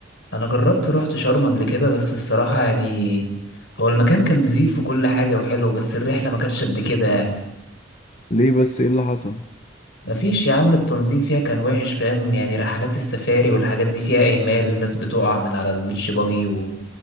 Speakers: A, on the left; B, on the left.
A: انا جربت رحت شرم قبل كده بس الصراحة يعني هو المكان كان نظيف وكل حاجة وحلو بس الرحلة ما كانتش قد كده يعني
B: ليه بس ايه اللي حصل
A: مفيش يا عم التنظيم فيها كان وحش فاهم يعني رحلات السفاري والحاجات دي فيها إهمال الناس بتقع من على البيتش باجي و...